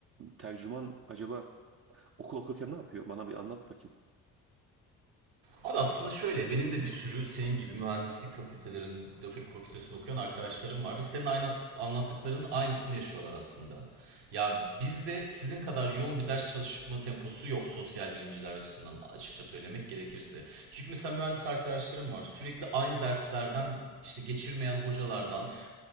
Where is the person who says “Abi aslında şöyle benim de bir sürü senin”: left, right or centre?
Right